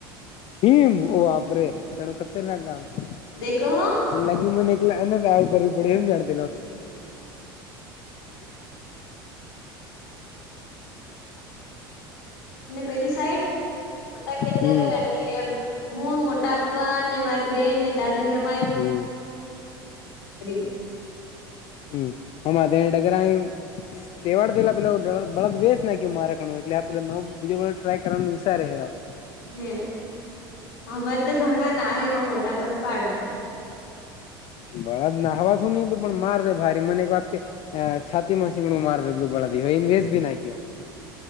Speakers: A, on the left; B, on the left.
A: <unintelligible>
B: દેખો હ
A: <unintelligible>
B: <unintelligible> <unintelligible> પેલી સાઈડ મોટા ખેતરે
A: હમ
B: અને હું મોટા પપ્પા ને મારી બેન ને દાદી નેય
A: હમ
B: <unintelligible>
A: <unintelligible> <unintelligible> <inaudible>
B: <unintelligible>
A: <unintelligible> <unintelligible>